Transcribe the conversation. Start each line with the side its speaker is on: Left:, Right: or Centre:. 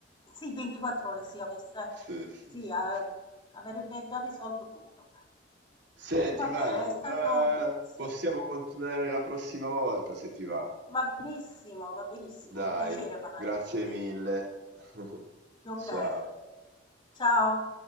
Left: Sì, 24 ore sì, avesse
Right: Sì, sì,
Left: sì,
Right: sì.
Left: ehm, avrebbe già risolto tutto.
Right: Senti,
Left: Vabbè,
Right: Manu,
Left: è stato
Right: eh,
Left: sì,
Right: possiamo continuare la prossima volta se ti va.
Left: va benissimo, va benissimo,
Right: Dai,
Left: un piacere parlare
Right: grazie
Left: con te.
Right: mille. <laughs>
Left: Okay.
Right: Ciao.
Left: Ciao.